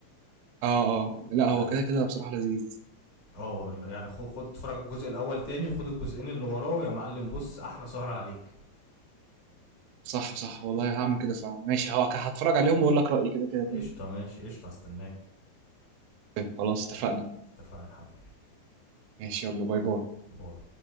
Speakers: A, on the right (about 80°); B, on the left (about 35°).
A: اه اه لا
B: لا
A: هو كده كده بصراحه لذيذ
B: اه يعني خد خد اتفرج على الجزء الاول تاني وخد الجزئين اللي وراه يا معلم بص احلى سهرة عليك
A: صح صح والله هعمل كده فعلا ماشي ه- هتفرج عليهم واقول لك رايي كده كده
B: قشطه
A: تاني
B: ماشي قشطه هستناك
A: طيب، خلاص اتفقنا
B: اتفقنا يا حبيبي
A: ماشي يلا باي باي
B: باي